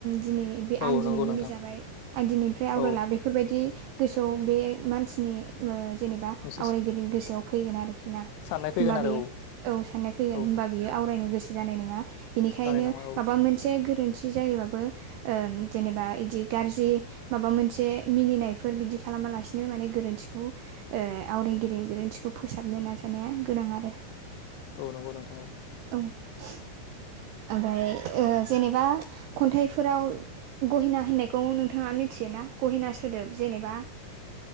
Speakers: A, on the right (about 85°); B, on the left (about 85°).
A: दिनै बे
B: औ
A: आं दिनै
B: नंगौ
A: मिनिजाबाय
B: नोंथां
A: आं दिनैनिफ्राय आवगायला
B: औ
A: बेफोरबायदि गोसोआव बे मानसिनि जेनेबा
B: मोनसे
A: आवरायगिरिनि गोसोआव फैगोन आरोखि ना।
B: साननाय फैगोन
A: होमबा
B: आरो
A: बेयो
B: औ।
A: औ साननाय फैगोन
B: औ
A: होनबा बियो आवरायनो गोसो जानाय नङा बेनिखायनो
B: जानाय नङा औ
A: माबा मोनसे गोरोन्थि जि जायोबाबो गारजि माबा मोनसे बेफोर बिदि खालामालासिनो माने गोरोन्थिखौ आवरायगिरि गोरोन्थिखौ फोसाबनो नाजानाया गोनां आरो।
B: औ नंगौ नोंथां औ।
A: औ ओमफ्राय जेनेबा खन्थाइफोराव गहिना होननायखौ नोंथाङा मिथियोना गहिना सोदोब जेनेबा